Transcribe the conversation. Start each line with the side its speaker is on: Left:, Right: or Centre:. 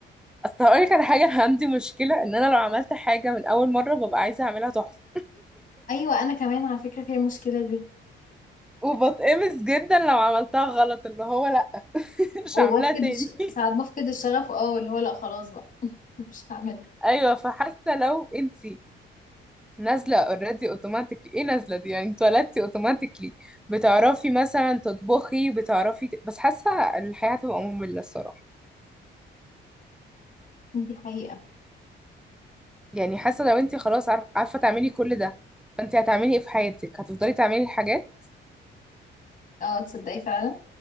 Centre: اصل هقولك على حاجة انا عندي مشكلة ان انا لو عملت حاجة من اول مرة ببقى عايزة اعملها تحفة
Left: ايوه انا كمان على فكرة فيها المشكلة دي
Centre: وبتقمص جدا لو عملتها غلط اللي هو لا <laughs> مش
Left: وبفقد
Centre: هعملها تاني
Left: الش... ساعات بفقد الشغف اه اللي هو لا خلاص بقى مش هعمل
Centre: ايوه فحاسه لو انت نازله اوريدي اوتوماتيكلي ايه نازله دي يعني اتولدتي اوتوماتيكلي بتعرفي مثلا تطبخي بتعرفي ت... بس حاسه الحياه هتبقى ممله الصراحه
Left: دي حقيقة
Centre: يعني حاسه لو انت خلاص عارف... عارفه تعملي كل ده فانت هتعملي ايه في حياتك هتفضلي تعملي الحاجات
Left: اه تصدقي فعلا